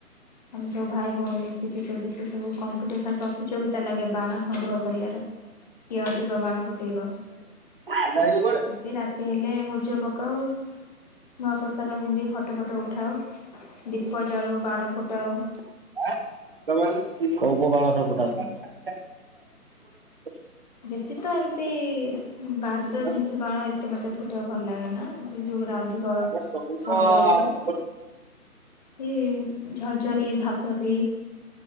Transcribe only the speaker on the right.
ଆଜି ଯାଇନୁ କୁଆଡେ?
କୋଉ କୋଉ ବାଣ ସବୁ ଫୁଟାଅ? <inaudible>
ହଁ
ମୁଁ ଭାବୁଛି
କଣ ଥାନା
ଠାରୁ